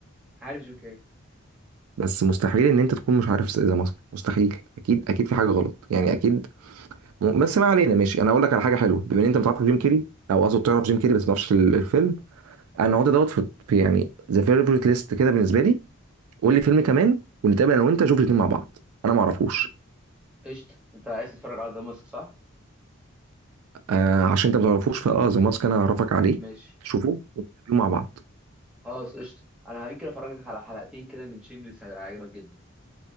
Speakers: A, in the centre; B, on the right (about 85°).
A: عارف جيم كاري
B: بس مستحيل ان انت تكون مش عارف ذا ماسك مستحيل اكيد اكيد في حاجه غلط يعني اكيد بس ما علينا ماشي انا اقول لك على حاجه حلوه بما ان انت ما تعرفش جيم كيري او اقصد تعرف جيم كيري بس ما تعرفش ال- الفيلم انا هقعد دوت في في يعني ذا فيفورت ليست كده بالنسبه لي قول لي فيلم كمان ونتقابل انا وانت نشوف الاثنين مع بعض انا ما اعرفوش
A: قشطة انت عايز تتفرج على ذا ماسك صح؟
B: آه عشان انت ما تعرفوش فاه ذا ماسك انا هعرفك
A: م-
B: عليه
A: ماشي
B: شوفه ونتقابل مع بعض
A: خلاص قشطة انا هيمكن افرجك على حلقتين كده من شيمليس هيعجبك جدا